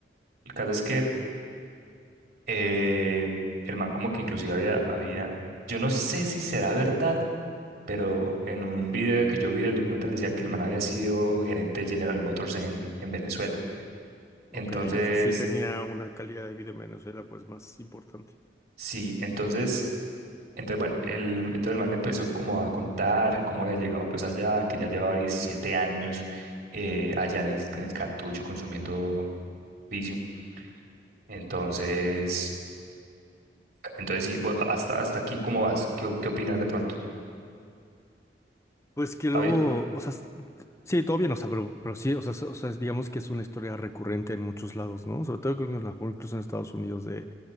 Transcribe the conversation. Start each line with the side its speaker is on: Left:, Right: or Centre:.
Right: El caso es que eh, el man como que inclusive había, había, yo no sé si será verdad, pero en un video que yo vi del documental decía que el man había sido gerente de General Motors en, en Venezuela. Entonces,
Left: Ok, o sea, sí tenía una calidad de vida en Venezuela, pues, más importante.
Right: sí, entonces, entonces bueno, el, entonces el man le empezó como a contar cómo había llegado pues allá, que ya llevaba 17 años eh, allá en el, en el cartucho consumiendo vicio. Entonces, entonces sí, bu- hasta, hasta aquí, ¿cómo vas? ¿Qué, qué opinas de pronto?
Left: Pues que
Right: ¿Está
Left: luego,
Right: bien?
Left: o sea, Sí, todo bien, o sea, pero, pero sí, o sea, so, o sea, es- digamos que es una historia recurrente en muchos lados, ¿no? Sobre todo creo que a lo mejor incluso en Estados Unidos de,